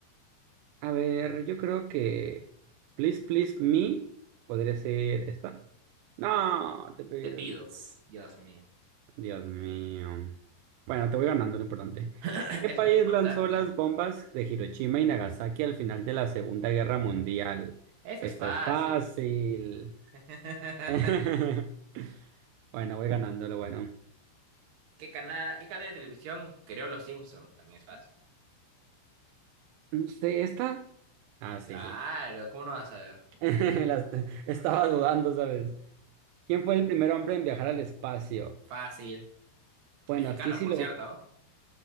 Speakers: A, on the right; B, on the right.
A: A ver, yo creo que Please Please Me podría ser esta. No, te pido.
B: The Beatles, Dios mío.
A: Dios mío. Bueno, te voy ganando lo importante.
B: <clears throat> <laughs>
A: ¿Qué
B: Eso
A: país
B: es lo importante.
A: lanzó las bombas de Hiroshima y Nagasaki al final de la Segunda Guerra Mundial?
B: Eso
A: Esta
B: es fácil.
A: es fácil.
B: <laughs>
A: <laughs> Bueno, voy ganando lo bueno.
B: ¿Qué cana- qué cadena de televisión creó Los Simpson? También es fácil.
A: No sé, esta. Ah, sí,
B: Claro,
A: sí.
B: ¿cómo no vas a ver?
A: <laughs> Las- Estaba dudando, ¿sabes? ¿Quién fue el primer hombre en viajar al espacio?
B: Fácil.
A: Bueno,
B: Mexicano,
A: aquí si
B: por
A: lo,
B: cierto, ¿no?